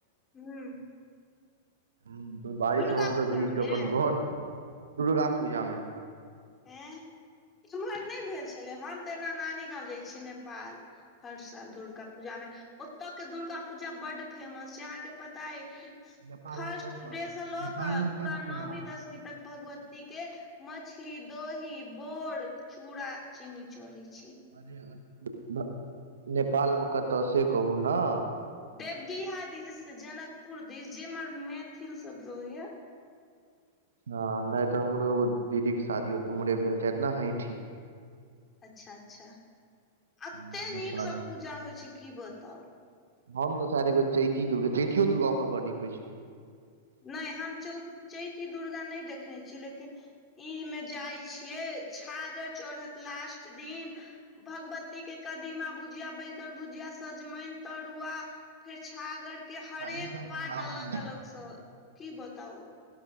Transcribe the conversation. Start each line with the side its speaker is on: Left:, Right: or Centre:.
Left: हूं
Right: हूं, बारिश
Left: दुर्गा
Right: मे हमसभ
Left: पूजा
Right: भीजके
Left: मे
Right: अपन घर, दुर्गा पूजामे।
Left: एँ, एम्हर नहि भेल छलै हन। तऽ एना नानी गाँंव जाइ छीयै नेपाल। हर साल दुर्गा पूजामे ओतअ के दुर्गा पूजा बड फेमस छै। अहाँके पता अइ।
Right: नेपाल
Left: फर्स्ट
Right: मे कतऽ
Left: डे से लऽ
Right: नेपाल
Left: कऽ
Right: मे
Left: पूरा
Right: कतऽ
Left: नौवीं दसमी तक भगवती के मछ मछली, दही, बोर, चूड़ा, चीनी चढ़ै छै।
Right: अरे <unintelligible> नेपालमे कतऽ से कहू ने?
Left: देवदिहा दिस जनकपुर दिस जेम्हर मैथिल सब रहैया।
Right: हँ नहि तऽ हमरो एगो दीदीके शादी तऽ उम्हरे भेल छथि ने। हैठी
Left: अच्छा-अच्छा,
Right: हम्म,
Left: अत्ते
Right: नेपाल
Left: नीकसँ
Right: मे
Left: पूजा होइ छै कि बताउ।
Right: हम तऽ शायद एकबेर चैती दुर्गा, चैतियो दुर्गा ओम्हर बड़ नीक होइ छै।
Left: नहि हम चौ चैती दुर्गा नहि देखने छियै लेकिन ई मे जाइ छियै। छागर चढ़त लास्ट दिन भगवती के कदीमा बुझिया बै न भुजिया, सजमनि तरुआ फेर छागर के हरेक
Right: ई सब के
Left: पार्ट
Right: नाम
Left: अलग
Right: नै या
Left: अलग सर कि बताउ?